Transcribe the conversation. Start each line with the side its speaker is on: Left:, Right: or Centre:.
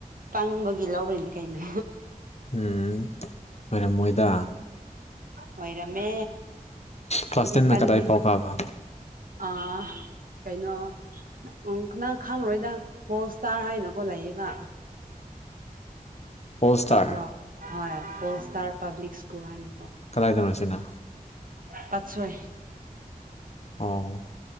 Right: ꯄꯪꯕꯒꯤ ꯂꯧꯔꯤꯅꯤ ꯀꯩꯅꯣ꯫
Left: ꯎꯝ ꯑꯣꯏꯔꯝꯃꯣꯏꯗꯥ꯫
Right: ꯑꯣꯏꯔꯝꯃꯦ
Left: ꯀ꯭ꯂꯥꯁ
Right: ꯍꯩꯗꯤ
Left: ꯇꯦꯟꯅ
Right: ꯄꯪꯉꯦ꯫
Left: ꯀꯗꯥꯏ ꯐꯥꯎ ꯀꯥꯕ
Right: ꯑ ꯀꯩꯅꫭ ꯎꯝ ꯅꯪ ꯈꯪꯪꯔꫭꯏꯗ ꯄꯣꯜ ꯏꯁꯇꯥꯔ ꯍꯥꯏꯅꯀꯣ ꯂꯩꯌꯦꯕ꯫
Left: <inaudible> ꯁ꯭ꯇꯥꯔ
Right: ꯈꯪꯕ꯭ꯔꯣ ꯍꯣꯏ ꯄꯣꯜ ꯏꯁꯇꯥꯔ ꯄꯥꯕ꯭ꯂꯤꯛ ꯁ꯭ꯀꯨꯜ ꯍꯥꯏꯅꯀꯣ꯫
Left: ꯀꯗꯥꯏꯗꯅꯣ ꯁꯤꯅ꯫
Right: ꯄꯥꯠꯁꯣꯏ꯫
Left: ꯑꯣ꯫